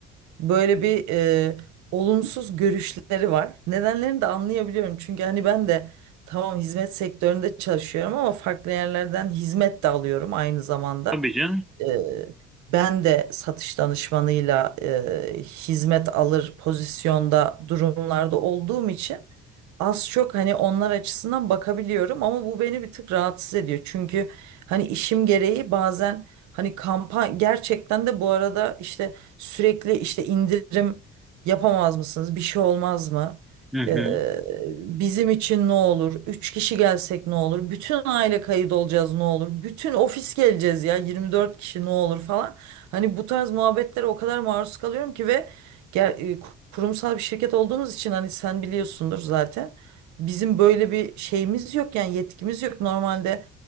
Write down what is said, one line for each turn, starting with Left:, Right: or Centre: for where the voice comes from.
Right: böyle bir e, olumsuz görüşleri var. Nedenlerini de anlayabiliyorum. Çünkü hani ben de tamam hizmet sektöründe çalışıyorum ama farklı yerlerden hizmet de alıyorum aynı zamanda.
Centre: Tabii canım.
Right: E, ben de satış danışmanıyla e, hizmet alır pozisyonda durumlarda olduğum için az çok hani onlar açısından bakabiliyorum ama bu beni bir tık rahatsız ediyor. Çünkü hani işim gereği bazen hani kampanya gerçekten de bu arada işte sürekli işte indirim yapamaz mısınız? Bir şey olmaz mı?
Centre: Hı hı.
Right: Ee, bizim için ne olur? Üç kişi gelsek ne olur? Bütün aile kayıt olacağız ne olur? Bütün ofis geleceğiz ya 24 kişi ne olur falan. Hani bu tarz muhabbetlere o kadar maruz kalıyorum ki ve ger- e, kurumsal bir şirket olduğumuz için hani sen biliyorsundur zaten. Bizim böyle bir şeyimiz yok yani yetkimiz yok. Normalde